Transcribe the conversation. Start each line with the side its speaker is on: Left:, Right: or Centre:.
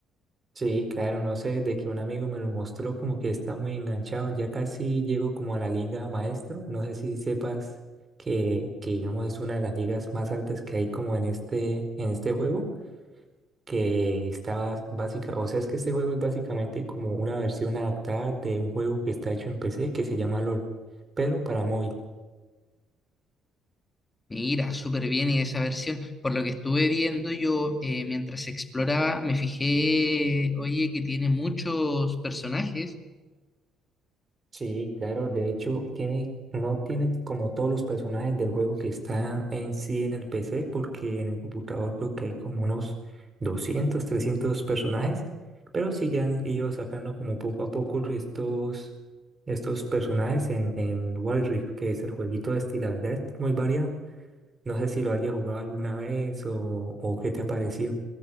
Right: Sí, claro, no sé, de que un amigo me lo mostró, como que está muy enganchado, ya casi llego como a la liga maestro, no sé si sepas que, que digamos es una de las ligas más altas que hay como en este, en este juego, que está bas- básica, o sea, es que este juego es básicamente como una versión adaptada de un juego que está hecho en PC que se llama LOL, pero para móvil.
Left: Mira, súper bien y esa versión. Por lo que estuve viendo yo eh, mientras exploraba, me fijé, oye, que tiene muchos personajes.
Right: Sí, claro, de hecho tiene, no tiene como todos los personajes del juego que está en sí en el PC, porque en el computador creo que hay como unos 200, 300 personajes, pero sí ya han ido sacando como poco a poco estos, estos personajes en, en Wild Rift, que es el jueguito este, y la verdad es muy variado. No sé si lo hayas jugado alguna vez o, o qué te ha parecido.